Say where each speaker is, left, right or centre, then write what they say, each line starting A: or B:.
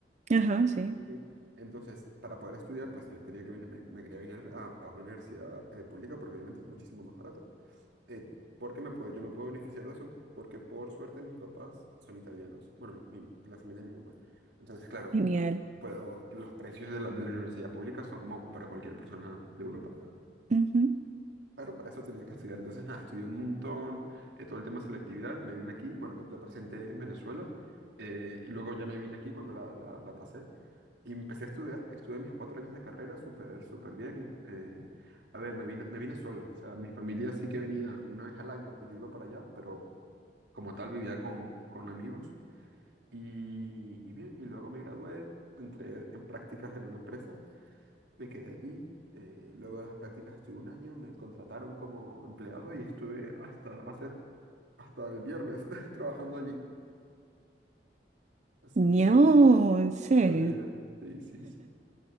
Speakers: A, on the right; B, on the right.
A: Ajá, sí,
B: Sí. Entonces, para poder estudiar, pues yo tenía que venir, me, me quería venir a, a una universidad eh, pública porque obviamente es muchísimo más barato. Eh, ¿por qué me puedo, yo me puedo beneficiar de eso? Porque por suerte mis papás son italianos. Bueno, mi- mi- la familia de mi mamá. Entonces, claro,
A: genial.
B: puedo, los precios de la, de la universidad pública son como para cualquier persona de Europa.
A: Ujú.
B: Pero para eso tenía que estudiar. Entonces, nada, estudié un montón, eh, todo el tema de selectividad, me vine aquí, bueno, me- lo presenté en Venezuela eh, y luego ya me vine aquí cuando la, la, la pasé y empecé a estudiar, estuve mis cuatro años de carrera súper, súper bien. eh, a ver, me vine, me vine solo, o sea, mi familia sí que venía una vez al año o yo iba para allá, pero como tal vivía con, con amigos y, y bien, y luego me gradué, entré en prácticas en una empresa me quedé allí. eh, luego de las prácticas estuve un año, me contrataron como empleado y estuve hasta hace, hasta el viernes <laughs> trabajando allí. Así
A: No,
B: que
A: en serio.
B: súper bien. Sí, sí, sí.